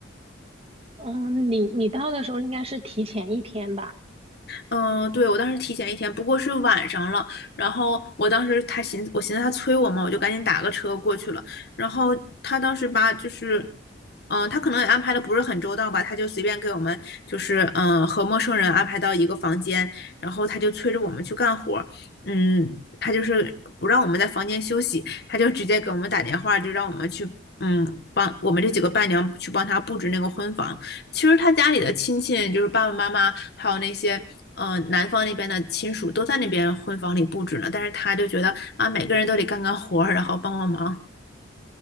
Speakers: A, on the right (about 30°); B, on the left (about 55°).
A: 嗯，你你到的时候应该是提前一天吧？
B: 嗯，对，我当时提前一天，不过是晚上了。然后我当时他寻，我寻思他催我嘛，我就赶紧打个车过去了。然后他当时吧，就是，嗯，他可能也安排的不是很周到吧，他就随便给我们就是嗯和陌生人安排到一个房间，然后他就催着我们去干活儿嗯，他就是不让我们在房间休息，他就直接给我们打电话，就让我们去嗯帮我们这几个伴娘去帮他布置那个婚房。其实他家里的亲戚，就是爸爸妈妈，还有那些。嗯，男方那边的亲属都在那边婚房里布置呢，但是他就觉得啊，每个人都得干干活儿，然后帮帮忙。